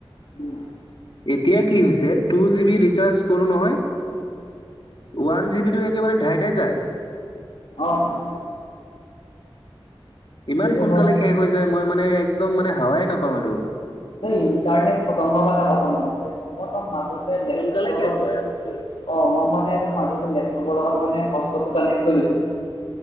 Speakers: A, on the left; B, on the left.
A: উম,
B: এতিয়া কি হৈছে টু জি বি ৰিচাৰ্জ কৰোঁ নহয়। ওৱান জি বি টো একেবাৰে ঢাইডাই যায়।
A: অ'।
B: ইমান
A: সেইটো
B: সোনকালে
A: হয়।
B: শেষ হৈ যায় মই মানে একদম মানে হাৱাই নাপাওঁ এইটো।
A: ইণ্টাৰনেট খতম হব এটা কথা মন কৰিলে মইতো মাজতে লেপটপৰ
B: সোনকালে
A: লগত
B: শেষ হয় আগতকৈ
A: অ', মই মানে ত মাজতে লেপটপৰ লগত মানে হ কানেক্ট কৰি লৈছিলোঁ